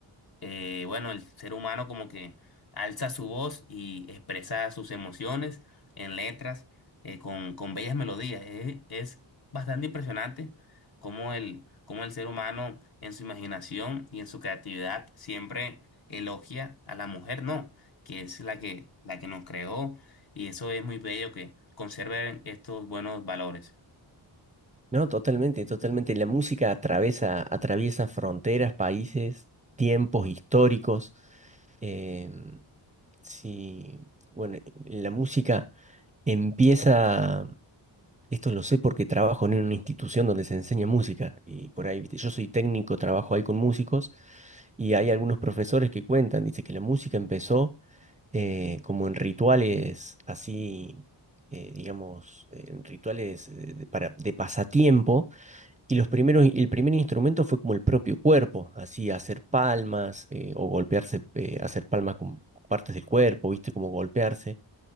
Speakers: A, on the left (about 50°); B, on the right (about 15°).
A: eh, bueno, el ser humano como que alza su voz y expresa sus emociones en letras eh, con, con bellas melodías. Eh, Es, bastante impresionante cómo el, cómo el ser humano en su imaginación y en su creatividad siempre elogia a la mujer, ¿no? Que es la que, la que nos creó y eso es muy bello que conserven estos buenos valores.
B: No, totalmente, totalmente. La música atraviesa, atraviesa fronteras, países, tiempos históricos. Eh, sí, bueno, la música empieza, esto lo sé porque trabajo en una institución donde se enseña música y por ahí, viste, yo soy técnico, trabajo ahí con músicos y hay algunos profesores que cuentan, dice que la música empezó eh, como en rituales así, eh, digamos, en rituales eh, de, para, de pasatiempo y los primeros, el primer instrumento fue como el propio cuerpo, así hacer palmas eh, o golpearse, eh, hacer palmas con partes del cuerpo, ¿viste? Como golpearse.